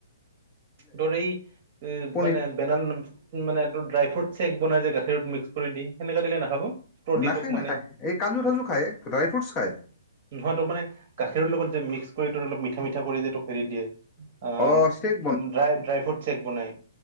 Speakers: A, on the right; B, on the left.
A: ধৰ এই উ
B: পনীৰ
A: মানে বেনান মানে তটো ড্ৰাই ফ্ৰুট চেক বনাই যে গাখীৰত মিক্স কৰি দি সেনেকা দিলে নাখাব দি
B: নাখায়
A: তোক মানে
B: নাখায় এই কাজু চাজু খায় ড্ৰাই ফ্ৰুটছ খায়
A: নহয় তোক মানে গাখীৰৰ লগত যে মিক্স কৰি ত অলপ মিঠা মিঠা কৰি যটো ফেৰি দিয়ে আ
B: অ শেখ
A: ড্ৰাই ড্ৰাই ফ্ৰুট চেক বনাই